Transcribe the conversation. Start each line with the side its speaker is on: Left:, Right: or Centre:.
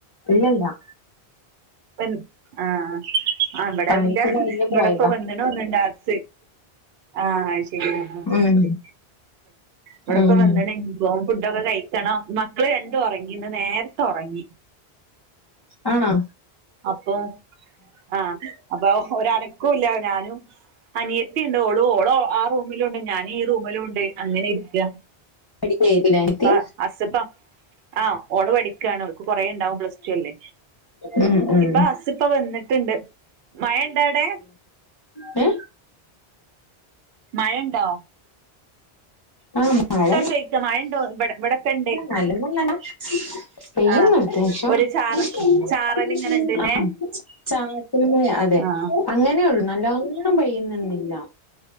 Left: ഇല്ലല്ല.
Right: വൻ ആഹ് അവടെന്റെ
Left: പണിയൊക്കെ കഴിഞ്ഞ്
Right: ഇവിടെപ്പം
Left: പോയതാ
Right: വന്ന്ണോന്ന്ണ്ട് ഹസ്സ്‌ ആഹ് ശരി
Left: ഉം
Right: ശരി ഇവിടെപ്പ
Left: ഉം
Right: നിന്നണെങ്കി <unintelligible> ഫുഡൊക്കെ കഴിക്കണം മക്കള് രണ്ടും ഉറങ്ങിന്ന് ഇന്ന് നേരത്തെ ഉറങ്ങി.
Left: ആണോ
Right: അപ്പൊ ആഹ് അപ്പൊ ഒരനക്കും ഇല്ല ഞാനും അനിയത്തി ഉണ്ടോളു ഓളോ റൂമിലുണ്ട് ഞാനീ റൂമിലുണ്ട് അങ്ങനെ ഇരിക്കാ
Left: പഠിക്കായിരുന്നില്ലേ അനിയത്തി
Right: <inaudible> പ്പ ആ ഓള് പഠിക്കയാണ് അവക്ക് കൊറേ ഉണ്ടാവും പ്ലസ് ടു അല്ലേ
Left: ഉം ഉം
Right: ഇപ്പ ഹസ്പ്പ വന്നിട്ട്ണ്ട് മഴ ഇണ്ടാടെ
Left: ഏ
Right: മഴണ്ടോ?
Left: ആഹ് മഴ
Right: ചോയിക്ക മഴ ഉണ്ടോ ഇവിടെ ഇവിടൊക്കെ ഉണ്ട്
Left: നല്ലോണംആ മഴ <unintelligible> പെയ്യുന്നുണ്ട്
Right: ആഹ് ഒരു
Left: അത്യാവശ്യം
Right: ചാറ ചാറൽ ഇങ്ങനെ ഇണ്ട്ല്ലേ
Left: ആഹ് പിനെ അതെ
Right: ആഹ്
Left: അങ്ങനെയൊള്ളു നല്ലോണം പെയ്യുന്നുന്നില്ല.